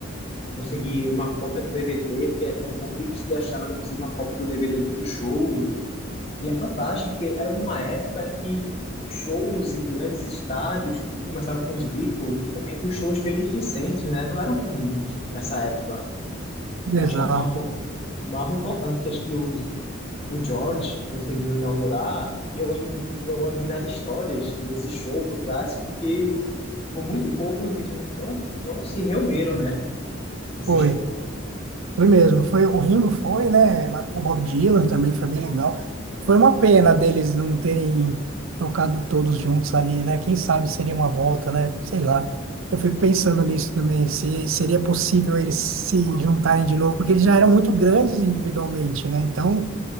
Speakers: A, on the left; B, on the right.
A: consegui uma cópia do DVD, porque é um pouco difícil de achar, mas eu consegui uma cópia do DVD do show. E é fantástico, porque era numa época em que shows em grandes estádios, que começaram com os Beatles, e também os shows beneficentes, né, não eram comuns nessa época.
B: Exato.
A: Eu Acho que é um marco, um marco importante, que acho que o o George conseguiu inaugurar. E eu gosto, mu- eu gosto muito das histórias desse show por trás, porque por muito pouco os Beatles não, não se reuniram, né? Nesse
B: Foi.
A: show.
B: Foi mesmo, foi o Ringo foi, né? O Bob Dylan também foi bem legal. Foi uma pena deles não terem tocado todos juntos ali, né? Quem sabe seria uma volta, né? Sei lá. Eu fico pensando nisso também, se seria possível eles se juntarem de novo, porque eles já eram muito grandes individualmente, né? Então